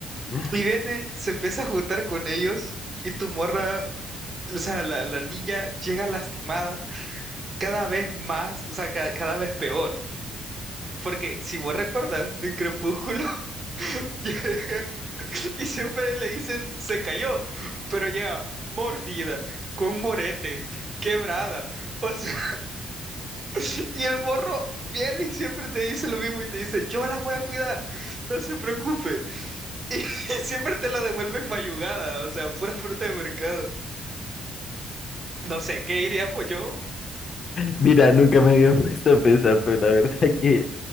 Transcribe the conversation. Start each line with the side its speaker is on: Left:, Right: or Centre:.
Left: <laughs>
Right: Y viene, se empieza a juntar con ellos y tu morra, o sea, la, la niña llega lastimada cada vez más, o sea, ca- cada vez peor. Porque si vos recuerdas, en Crepúsculo <laughs> llegan y siempre le dicen se cayó, pero ya mordida, con moretes, quebrada. O sea, <laughs> y el morro viene y siempre te dice lo mismo y te dice, yo la voy a cuidar, no se preocupe. <laughs> Y siempre te la devuelven mayugada, o sea, pura fruta de mercado. No sé, ¿qué diría pues yo?
Left: Mira, nunca me había puesto a pensar, pero la verdad <laughs> que